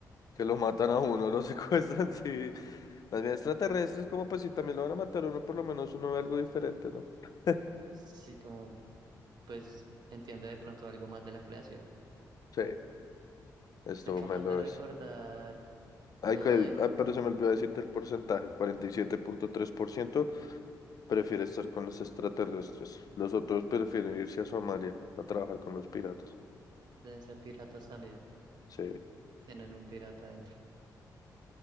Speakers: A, on the left (about 55°); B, on the right (about 65°).
A: que lo matan a uno, lo secuestran, <laughs> sí. Más bien extraterrestres, como pues si también lo van a matar a uno, por lo menos uno ve algo diferente, ¿no? <laughs>
B: Sí, como, pues, entiende de pronto algo más de la creación.
A: Sí, esto
B: Ser capaz
A: me lo
B: de recordar
A: es. Ay,
B: Todo
A: que-
B: de-
A: ah, pero se me olvidó decirte el porcentaje, Cuarenta y siete punto tres por ciento prefiere estar con los extraterrestres. Los otros prefieren irse a Somalia a trabajar con los piratas.
B: deben ser piratas también.
A: Sí.
B: Tienen un pirata adentro.